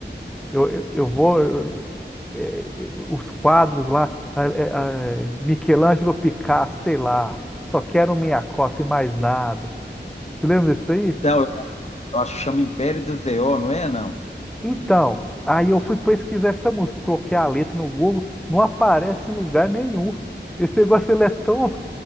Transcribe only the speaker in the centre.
eu, eu, eu vou, é, é, os quadros lá, a- é, a- Michelangelo Picasso, sei lá, só quero minha cota e mais nada. Você lembra disso aí?
Então, aí eu fui pesquisar essa música, coloquei a letra no Google, não aparece em lugar nenhum. Esse negócio ele é tão <laughs>